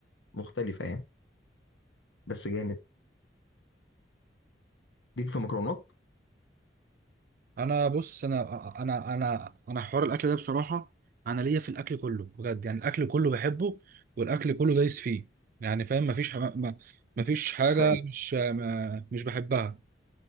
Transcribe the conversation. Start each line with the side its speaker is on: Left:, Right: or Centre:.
Left: مختلفه يعني بس جامد ليك في مكرونات
Right: انا بص انا انا انا انا حوار الاكل ده بصراحه انا ليا في الاكل كله بجد يعني الاكل كله بحبه والاكل كله دايس فيه يعني فاهم مفيش حما- ما مفيش حاجه
Left: حلو
Right: مش ما مش بحبها